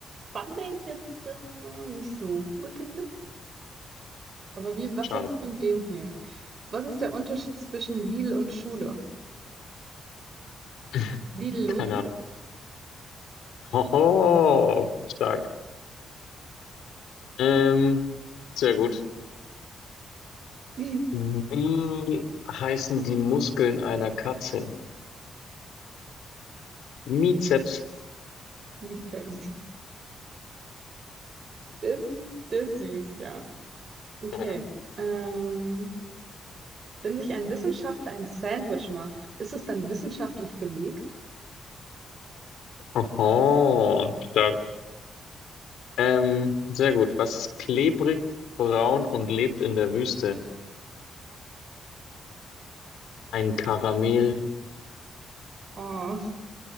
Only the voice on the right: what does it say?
fand ich jetzt äh, nicht so gut den Witz. Aber wie, was
hältst du von dem hier? Was ist der Unterschied zwischen Lidl und Schule?
Lidl lohnt
sich.
<laughs>
Nicht selbst. Das, das ist süß, ja. Okay.
Ähm, wenn sich ein Wissenschaftler ein Sandwich macht, ist es dann wissenschaftlich belegt?
Oh,